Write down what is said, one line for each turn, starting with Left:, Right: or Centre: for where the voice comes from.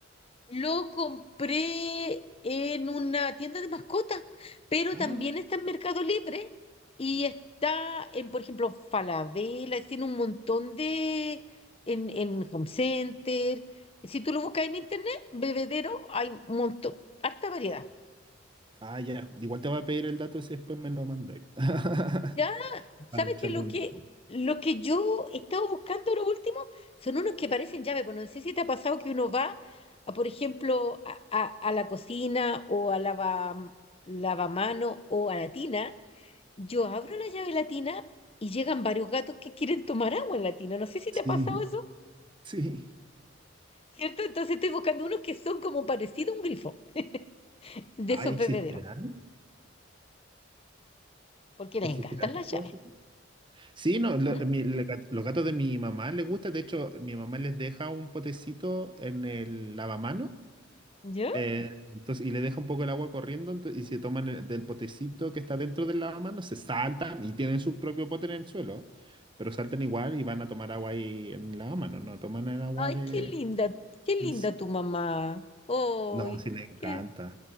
Left: Lo compré en una tienda de mascotas, pero
Right: Ah,
Left: también está en Mercado Libre y está en, por ejemplo, Falabella, tiene un montón de, en, en Home Center. Si tú lo buscas en internet, bebedero, hay un montón, harta variedad.
Right: ah, ya. Igual te voy a pedir el dato si después me lo mandáis. <laughs>
Left: ¿Ya?
Right: Para
Left: ¿Sabes
Right: echarle
Left: qué? Lo
Right: un
Left: que,
Right: ojo.
Left: lo que yo estaba buscando lo último son unos que parecen llave, pero no sé si te ha pasado que uno va, a, por ejemplo, a, a- a la cocina o a lava, lavamano o a la tina. Yo abro la llave latina y llegan varios gatos que quieren tomar agua en la tina. No sé si
Right: Sí,
Left: te ha pasado eso,
Right: sí.
Left: ¿cierto? Entonces estoy buscando unos que son como parecido a un grifo <laughs> de
Right: Ay,
Left: esos
Right: ¿existirán?
Left: bebederos, porque les
Right: ¿Existirán?
Left: encantan
Right: esas
Left: las
Right: cosas?
Left: llaves.
Right: Sí, no, lo-
Left: ¿Mm?
Right: mi- le- gat- los gatos de mi mamá les gusta. De hecho, mi mamá les deja un potecito en el lavamano
Left: ¿Ya?
Right: Eh, entonces, y le deja un poco el agua corriendo ento- y se toman el- del potecito que está dentro del lavamanos, se saltan y tienen su propio pote en el suelo, pero saltan igual y van a tomar agua ahí en el lavamanos, no toman el agua
Left: Ay,
Right: de...
Left: qué linda, qué linda
Right: de
Left: tu mamá. Ay,
Right: No, sí le encanta.
Left: qué,